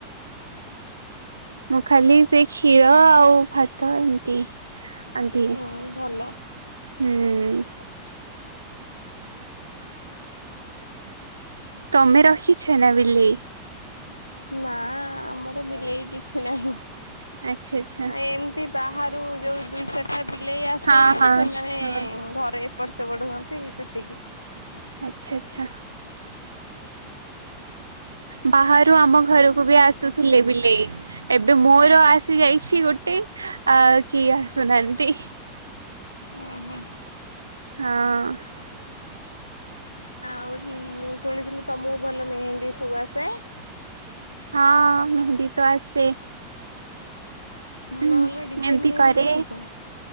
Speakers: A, on the right; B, on the left.
A: ମୁଁ ଖାଲି ସେ କ୍ଷୀର ଆଉ ଭାତ ଏମିତି ଏମିତି,
B: ହୁଁ ଭଲ
A: ହୁଁ-ଉଁ-ଉଁ-ଉଁ ତମେ ରଖିଛ ନା ବିଲେଇ?
B: ନାଁ-ଆ-ଆ-ଆ ଆମର ବିଲେଇ କିଛି ନାହିଁ।
A: ଆଚ୍ଛା ଆଚ୍ଛା
B: ଆଉ ଏମିତି ବାହାରୁ ଯୋଉ ଦୁଇ ଚାରିଟା ବିଲେଇ ଆସନ୍ତି
A: ହଁ ହଁ
B: ସେମାନେ
A: ହଁ।
B: ଘରେ ଏପଟ ସେ ବଡ ହୁଅନ୍ତି ସେତିିକି।
A: ଆଚ୍ଛା-ଆଚ୍ଛା। ବାହାରୁ ଆମ ଘରକୁ ବି ଆସୁଥିଲେ ବିଲେଇ, ଏବେ ମୋର ଆସ୍ ସେ ଯାଇଛି ଗୋଟେ, ଆଉ କିଏ ଆସୁନାହାନ୍ତି।
B: ଉଁ ହୁଁ।
A: ହଁ।
B: ଆଉ ମୁଁ ଶୁଣିଥିଲି ତମକୁ ଭଲ ମେହେନ୍ଦୀ ସବୁ ଆସେ?
A: ହଁ ମେହେନ୍ଦି ତ ଆସେ।
B: ଭଲ
A: ଏମିତି
B: ଭଲ ଡିଜାଇନ ମେହେନ୍ଦି
A: କରେ
B: ଶିଖିଚ?